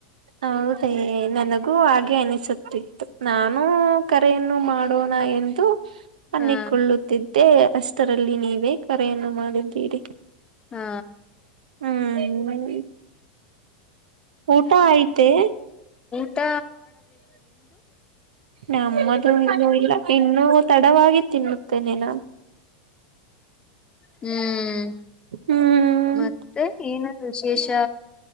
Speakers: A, on the right; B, on the left.
A: ಹೌದೇ ನನಗೂ ಹಾಗೆ ಅನಿಸುತ್ತ ಇತ್ತು ನಾನು ಕರೆಯನ್ನು ಮಾಡೋಣ ಎಂದು ಅ್ಣ
B: ಹಾ
A: ಕೊಳ್ಳುತ್ತಿದ್ದ ಮತ್ತೆ ಅಷ್ಟರಲ್ಲಿ ನೀವೇ ಕರೆಯನ್ನು ಮಾಡಿದ್ದೀರಿ
B: ಹಾ
A: ಹ್ಮ್ ಊಟಾ ಆಯಿತೆ
B: ತ್ತ
A: ನಮ್ಮದು ಇನ್ನು ಇಲ್ಲ ಇನ್ನು ತಡವಾಗಿ ತಿನ್ನುತ್ತೇನೆೇನಾ
B: ಹ್ಮ್
A: ಹ್ಮ್
B: ಮತ್ತೆ ಏನು ವಿುಶೇಷ